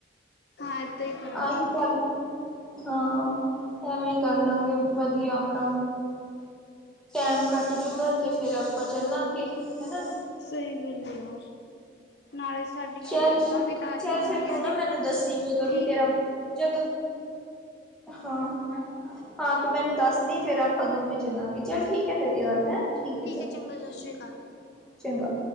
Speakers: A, on the left; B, in the centre.
A: ਤਾਂ ਇੱਦਾਂ ਹੀ ਕਰਾਂਗੇ
B: ਆਹੀ ਗੱਲ ਹਾਂ ਐਵੇਂ ਹੀ ਕਰ ਲਾਂਗੇ ਵਧੀਆ ਆਪਣਾ ਟੈਮ ਕੱਟ ਜੂਗਾ ਤੇ ਫੇਰ ਆਪਾਂ ਚੱਲਾਂਗੇ ਹਨਾ
A: ਸਹੀ ਗੱਲ ਯਾਰ ਨਾਲੇ ਸਾਡੀਆਂ
B: ਚੱਲ
A: ਯਾਦਾਂ
B: ਫ
A: ਵੀ ਤਾਜ਼ੀਆਂ
B: ਚੱਲ ਫੇਿਰ
A: ਹੋਣੀਆਂ
B: ਤੂੰ ਨਾ
A: ਜੀ
B: ਮੈਨੂੰ ਦੱਸੀ ਜਦੋਂ ਵੀ
A: ਠੀਕ
B: ਤੇਰਾ
A: ਹੈ
B: ਜਦੋਂ ਹਾਂ ਹਾਂ ਹਾਂ ਤੂੰ ਮੈਨੂੰ ਦੱਸਦੀ ਫੇਿਰ ਆਪਾਂ ਦੋਵੇਂ ਚੱਲਾਂਗੇ ਚੱਲ ਠੀਕ ਹੈ ਫੇਿਰ ਯਾਰ ਹੈ ਠੀਕ ਹੈ ਚੱਲ
A: ਚੰਗਾ ਸਤਿ ਸ਼੍ਰੀ ਅਕਾਲ
B: ਚੰਗਾ